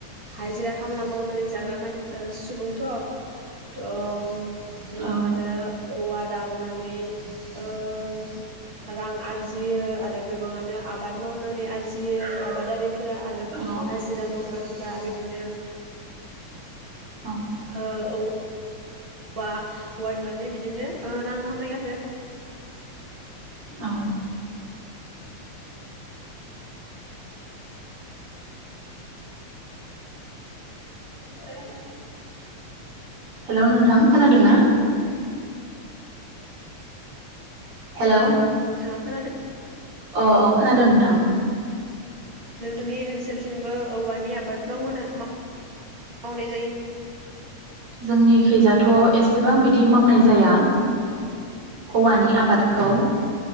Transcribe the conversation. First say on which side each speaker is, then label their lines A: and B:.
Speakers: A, on the right; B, on the right.
A: हाजिरा-खामला मावनानै जाग्रा मान सुबुंथ'। दम गोबाङानो
B: औ
A: औवा दाननानै ओम रां आरजियो आरो गोबाङानो आबाद मावनानै आरजियो आबादारि फोरा आरो
B: औ
A: हाजिरा मावग्राफोरा बिदिनो
B: औ
A: ओ-औ औवा औवादाननानै बिदिनो ओ रां खामायो आरो ।
B: औ <unintelligible> हेलौ नोंथां खोनादों ना? हेलौ
A: नोंथाङा खोनादो
B: अ-अ खोनादों नोंथां ।
A: नोंथांनि ओनसोलथिंबो औवानि आबाद मावोना माव-मावनाय जायो
B: जोंनि खैजाथ' एसेबां बिदि मावनाय जाया । हौवानि
A: औ
B: आबादखौ ।